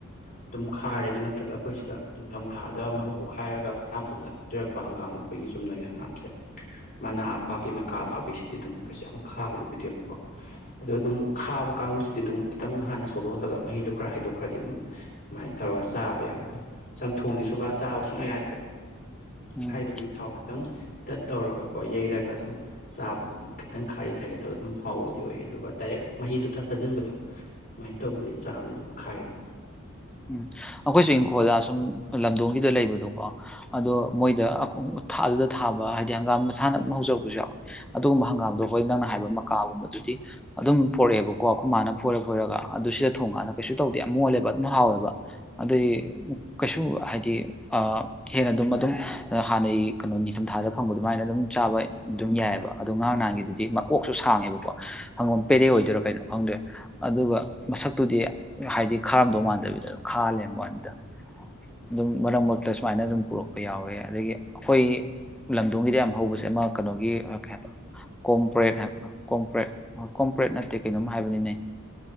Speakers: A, on the left (about 40°); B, in the centre.
A: ꯑꯗꯨꯝ ꯈꯥꯔꯦ ꯑꯗꯨ ꯅꯠꯇ꯭ꯔꯒ ꯑꯩꯈꯣꯏ ꯁꯤꯗ ꯅꯤꯡꯊꯝꯊꯥꯗ ꯃꯔꯨꯕꯨ ꯈꯥꯏꯔꯒ ꯄꯩꯁꯥ ꯃꯇꯗ ꯍꯧꯖꯔꯛꯄ ꯍꯪꯒꯥꯝ ꯑꯃ ꯑꯩꯈꯣꯏꯒꯤ ꯆꯨꯝꯅꯒꯤ ꯍꯪꯒꯥꯝꯁꯦ ꯃꯅꯥ ꯑꯄꯥꯛꯄꯤ ꯃꯀꯥ ꯑꯄꯥꯛꯄꯤ ꯁꯤꯗꯤ ꯑꯗꯨꯝ ꯀꯩꯁꯨ ꯌꯥꯝ ꯈꯥꯕꯗꯤ ꯑꯣꯏꯗꯣꯏꯕꯀꯣ ꯑꯗꯣ ꯑꯗꯨꯝ ꯈꯥꯕ ꯀꯥꯡꯕꯨꯁꯤꯗꯤ ꯑꯗꯨꯝ ꯈꯤꯇꯪ ꯍꯥꯟꯅ ꯁꯣꯂꯣꯛꯍꯜꯂꯒ ꯃꯍꯤꯗꯣ ꯈꯔ ꯍꯩꯗꯣꯛꯈ꯭ꯔꯗꯤ ꯑꯗꯨꯝ ꯑꯗꯨꯃꯥꯏꯅ ꯇꯧꯔꯒ ꯆꯥꯕ ꯌꯥꯕꯅꯤ ꯑꯗꯣ ꯁꯝ ꯊꯣꯡꯗꯤ ꯁꯨꯒ ꯆꯥꯕ ꯁꯨꯡꯉꯥꯏ ꯌꯥꯗ꯭ꯔꯦ
B: ꯎꯝ
A: ꯍꯥꯏꯕꯗꯤ ꯊꯥꯎ ꯈꯤꯇꯪ ꯇꯠ ꯇꯧꯔꯒꯀꯣ ꯌꯩꯔꯒ ꯑꯗꯨꯝ ꯁꯥꯕꯗꯤꯦ ꯈꯤꯇꯪ ꯈꯥꯏꯔꯤ ꯈꯥꯏꯔꯤ ꯇꯧꯔꯒ ꯑꯗꯨꯝ ꯍꯥꯎꯕꯗꯤ ꯑꯣꯏꯌꯦ ꯑꯗꯨꯒ ꯗꯥꯏꯔꯦꯛ ꯃꯍꯤꯗꯣ ꯆ ꯆꯥꯁꯤꯟꯕꯗꯣ ꯑꯗꯨꯃꯥꯏꯅ ꯇꯧꯕꯁꯦ ꯆꯥꯁ ꯑꯗꯨꯝ ꯈꯥꯏꯗꯣ
B: ꯎꯝ ꯑꯩꯈꯣꯏꯁꯨ ꯏꯪꯈꯣꯜꯗ ꯑꯁꯨꯝ ꯂꯝꯗꯣꯡꯒꯤꯗ ꯂꯩꯕꯗꯣꯀꯣ ꯑꯗꯣ ꯃꯣꯏꯗ ꯑꯗꯨꯗ ꯊꯥꯕ ꯍꯥꯏꯗꯤ ꯍꯪꯒꯥꯝ ꯃꯁꯥꯅ ꯑꯗꯨꯝ ꯍꯧꯖꯔꯛꯄꯁꯨ ꯌꯥꯎꯋꯏ ꯑꯗꯨꯒꯨꯝꯕ ꯍꯪꯒꯥꯝꯗꯣ ꯑꯩꯈꯣꯏ ꯅꯪꯅ ꯍꯥꯏꯕ ꯃꯀꯥꯒꯨꯝꯕꯗꯨꯗꯤ ꯑꯗꯨꯝ ꯐꯣꯔꯛꯑꯦꯕꯀꯣ ꯈꯨꯃꯥꯅ ꯐꯣꯏꯔ ꯐꯣꯏꯔꯒ ꯑꯗꯨ ꯁꯤꯗ ꯊꯣꯡꯉꯥꯟꯅ ꯀꯩꯁꯨ ꯇꯧꯗꯦ ꯌꯥꯝ ꯃꯣꯜꯂꯦꯕ ꯑꯗꯨꯝ ꯍꯥꯎꯋꯦꯕ ꯑꯗꯨꯩ ꯀꯩꯁꯨ ꯍꯥꯏꯗꯤ ꯍꯦꯟꯅ ꯑꯗꯨꯝ ꯑꯗꯨꯝ ꯍꯥꯟꯅꯩ ꯀꯩꯅꯣ ꯅꯤꯡꯊꯝꯊꯥꯗ ꯐꯪꯕ ꯑꯗꯨꯃꯥꯏꯅ ꯑꯗꯨꯝ ꯆꯥꯕ ꯑꯗꯨꯝ ꯌꯥꯏꯑꯕ ꯑꯗꯣ ꯉꯔꯥꯡ ꯅꯍꯥꯟꯒꯤꯗꯨꯗꯤ ꯃꯀꯣꯛꯁꯨ ꯁꯥꯡꯉꯦꯕꯀꯣ ꯍꯪꯒꯣꯝ ꯄꯦꯔꯦ ꯑꯣꯏꯗꯣꯏꯔ ꯀꯩꯅꯣꯝ ꯈꯪꯗꯦ ꯑꯗꯨꯒ ꯃꯁꯛꯇꯨꯗꯤ ꯍꯥꯏꯗꯤ ꯈꯔ ꯃꯥꯟꯗꯕꯤꯗ ꯈꯥꯜꯂꯦꯟꯗ ꯑꯗꯨꯝ ꯃꯔꯛ ꯃꯔꯛꯇ ꯁꯨꯃꯥꯏꯅ ꯑꯗꯨꯝ ꯄꯨꯔꯛꯄ ꯌꯥꯎꯋꯦ ꯑꯗꯒꯤ ꯑꯩꯈꯣꯏ ꯂꯝꯗꯣꯡꯒꯤꯗ ꯌꯥꯝ ꯍꯧꯕꯁꯦ ꯑꯃ ꯀꯩꯅꯣꯒꯤ ꯀꯩ ꯍꯥꯏꯕ ꯀꯣꯝꯄ꯭ꯔꯦꯠ ꯍꯥꯏꯕ ꯀꯣꯝꯄ꯭ꯔꯦꯠꯣꯏ ꯀꯣꯝꯄ꯭ꯔꯦꯠ ꯅꯠꯇꯦ ꯀꯩꯅꯣꯝ ꯍꯥꯏꯕꯅꯤꯅꯦ